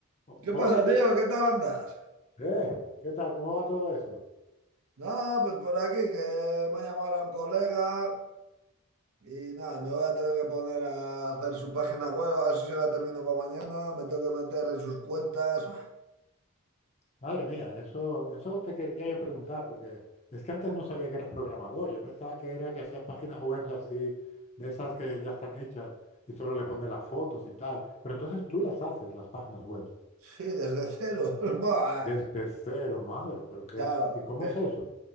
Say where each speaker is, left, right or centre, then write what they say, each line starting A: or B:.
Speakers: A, on the left; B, on the right.
A: O-
B: ¿Qué
A: Hola,
B: pasa,
A: tío,
B: tío? ¿Qué tal andas?
A: Eh, ¿qué tal? ¿Cómo va todo eso?
B: Nada, pues por aquí que me ha llamado ahora un colega y nada, me voy a tener que poner a hacer su página web, a ver si se la termino para mañana, me tengo que meter en sus cuentas.
A: Madre mía, eso, eso te quería yo preguntar, porque es que antes no sabía que eras programador. Yo pensaba que era que hacías páginas web así, de esas que ya están hechas y solo le pones las fotos y tal. Pero entonces tú las haces, las páginas web,
B: Sí, desde cero. <laughs> Buah,
A: desde
B: eh,
A: cero, madre, ¿pero qué?
B: claro,
A: ¿Y cómo
B: eh,
A: es eso?